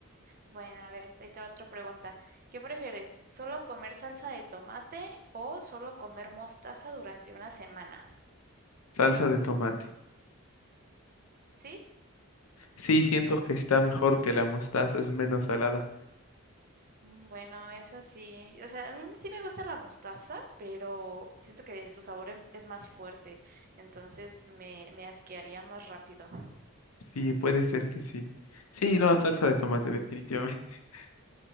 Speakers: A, on the right (about 40°); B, on the left (about 80°).
A: Bueno, a ver, ahí te va otra pregunta. ¿Qué prefieres? ¿Solo comer salsa de tomate o solo comer mostaza durante una semana?
B: Salsa de tomate.
A: ¿Sí?
B: Sí, siento que está mejor que la mostaza, es menos salada.
A: Mm, Bueno, eso sí. O sea, a mí sí me gusta la mostaza, pero siento que su sabor es, es más fuerte, entonces me, me asquearía más rápido.
B: Sí, puede ser que sí. Sí, no, salsa de tomate, definitivamente. <laughs>